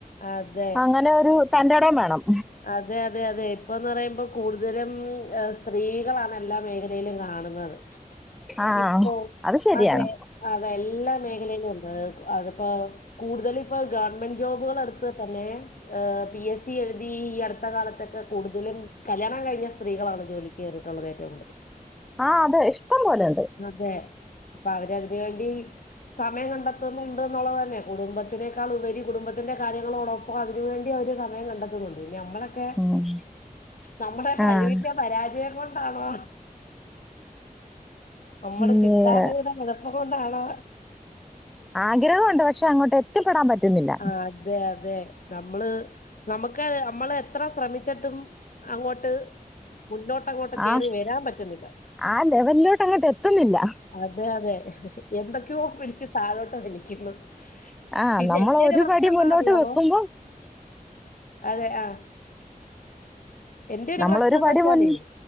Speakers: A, on the left; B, in the centre.
A: അതെ
B: അങ്ങനെരു തന്റെടോം വേണം
A: അതെ അതെ അതെ ഇപ്പൊന്ന് പറയുമ്പോ കൂടുതലും സ്ത്രീകളാണ് എല്ലാ മേഖലയിലും കാണുന്നത്
B: ആഹ്
A: ഇപ്പൊ
B: അത് ശരിയാണ്
A: അതെ അത എല്ലാ മേഖലയിലും ഉണ്ട് അതിപ്പോ കൂടുതലും ഗവൺമെന്റ് ജോബുകൾ തന്നെ പി എസ് സി ഈ അടുത്ത കാലത്തൊക്കെ കൂടുതലും കല്യാണം കഴിഞ്ഞ സ്ത്രീകളാണ് ജോലിക്ക് കയറിയിട്ടുള്ളത് ഏറ്റവും കൂടുതൽ
B: ആഹ് അതെ ഇഷ്ടം പോലെഉണ്ട്
A: ഹേ അപ്പൊ അവർ അതിന് വേണ്ടി സമയം കണ്ടെത്തുന്നുണ്ട് എന്നുള്ളത് തന്നെ കുടുംബത്തിനേക്കാൾ ഉപരി കുടുംബത്തിന്റെ കാര്യങ്ങൾ ഇപ്പൊ അപ്പോ അതിനുവേണ്ടി അവര് സമയം കണ്ടെത്തുന്നുണ്ട് പിന്നെ നമ്മളൊക്കെ
B: ഉം
A: നമ്മുടെ കഴിവിന്റെ
B: ആഹ്
A: പരാജയം കൊണ്ടാണോ നമ്മുടെ
B: ഏഹ്
A: ചിന്താഗഹത അതുകൊണ്ടാണ്
B: ആഗ്രഹമുണ്ട് പക്ഷെ അങ്ങോട്ട് എത്തിപ്പെടാൻ പറ്റുന്നില്ല
A: ആഹ് അതെ അതെ നമ്മള് നമുക്ക് ഒക്കെ നമ്മള് എത്ര ശ്രമിച്ചിട്ടും അങ്ങോട്ട് മുന്നോട്ടങ്ങോട്ട് കയറി
B: ആഹ്
A: വരാൻ പറ്റുന്നില്ല
B: ആ ലെവലിലോട്ട് അങ്ങോട്ട് എത്തുന്നില്ല
A: അതെ അതെ എന്തൊക്കെയോ പിടിച്ച താഴോട്ട് വിളിക്കുന്നു
B: ആഹ്
A: പിന്നെ
B: നമ്മൾ
A: എന്റെ
B: ഒരു
A: പ്രശ്ന
B: പടി
A: എന്താ
B: മുന്നോട്ട്
A: അറിയാമോ
B: വെക്കുമ്പോ
A: അതെ ആഹ് എന്തൊരു
B: നമ്മളൊരു
A: പ്രശ്നം എന്ന്
B: പടി
A: വച്ചാല്
B: മുൻ